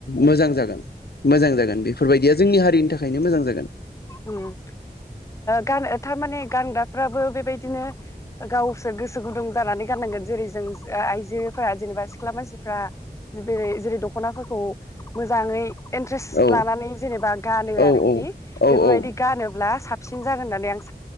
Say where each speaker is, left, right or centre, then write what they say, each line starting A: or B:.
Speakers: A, on the left; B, on the left.
A: मोजां जागोन मोजां जागोन बेफोरबायदिया जोंनि हारिनि थाखाय थाखायनो मोजां जागोन।
B: उम ओ गान थारमाने गानगा फ्राबो बेबायदिनो गावसोर गोसो गुदुं जानानै गाननांगोन। जेरै जों आइजोफोरा जेनेबा सिख्ला मानसिफ्राेरै जे-जेरै दख'नाफोरखौ मोजाङै इन्ट्रेस्ट
A: औ
B: लानानै जेनेबा गानो
A: औ
B: आरोखि।
A: औ
B: बेफोरबायदि
A: औ
B: गानोब्ला साब सिन जागोन होननानै आं स